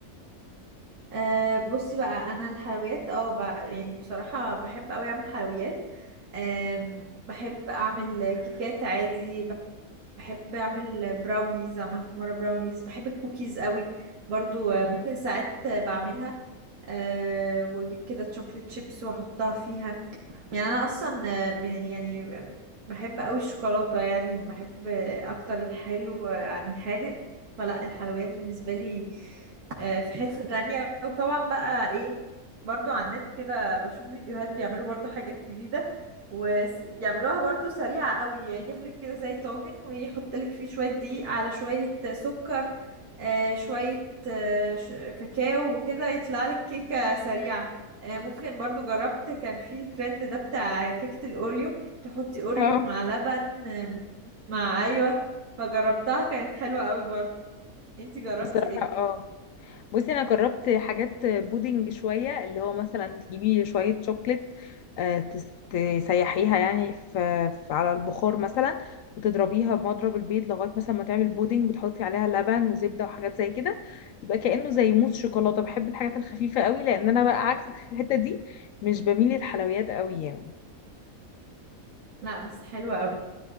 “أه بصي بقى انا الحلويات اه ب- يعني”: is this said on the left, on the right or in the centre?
Right